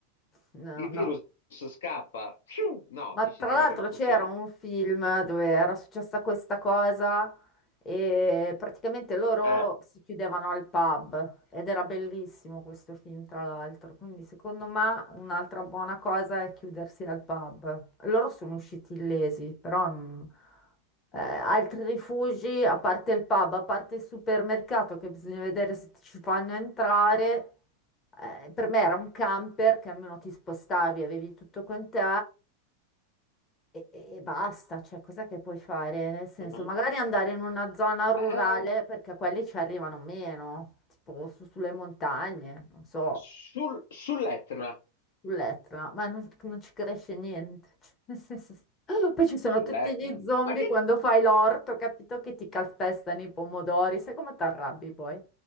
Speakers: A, on the left (about 25°); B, on the left (about 60°).
A: No,
B: Il
A: no.
B: virus scappa. Pfiou! No,
A: Ma
B: dici
A: tra
B: di
A: l'altro
B: no che non funziona.
A: c'era un film dove era successa questa cosa e praticamente loro
B: Eh.
A: si chiudevano al pub ed era bellissimo questo film, tra l'altro. Quindi secondo me un'altra buona cosa è chiudersi al pub. Loro sono usciti illesi, però mm, eh, altri rifugi, a parte il pub, a parte il supermercato che bisogna vedere se ci fanno entrare. eh, per me era un camper che almeno ti spostavi, avevi tutto con te e, e- e basta, cioè cosa che puoi fare? Nel senso,
B: mhm.
A: magari andare in una zona rurale
B: Eh,
A: perché quelli ci arrivano meno, tipo su- sulle montagne, non so,
B: sul- sull'Etna,
A: sull'Etna, ma non, non ci cresce niente. <laughs> Cioè, nel senso, <laughs> poi ci sono
B: sull'Etna,
A: tutti gli zombie
B: ma che
A: quando fai l'orto, capito che ti calpestano i pomodori, sai come ti arrabbi poi?